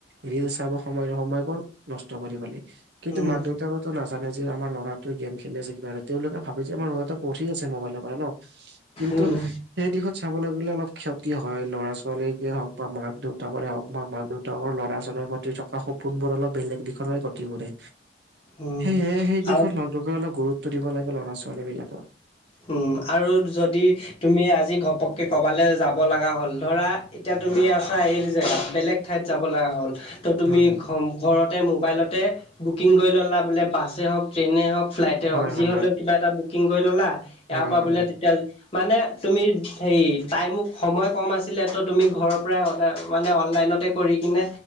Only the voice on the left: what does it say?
উম,
উম,
উম,
আৰু
হুঁম আৰু যদি - তুমি আজি ঘপককে ক'বালে যাব লগা হ'ল। ধৰা, এতিয়া তুমি আছা এইটো জেগাত, বেলেগ - ঠাইত যাব লাগা হ'ল - ত' তুমি
ঘম ঘৰতে মোবাইলতে বুকিং কৰি ল'লা বোলে বাছেই হওক - ট্ৰেইনে হওক, ফ্লাইটে
হওক যি
হ'লেও
কিবা এটা বুকিং কৰি ল'লা, এইয়াপা
বোলে তেতিয়া - মানে তুমি হেৰি টাইমো সময় কম আছিলে, ত' তুমি ঘৰৰ পৰাই অৰ্ডাৰ মানে অনলাইনতে - কৰি কিনে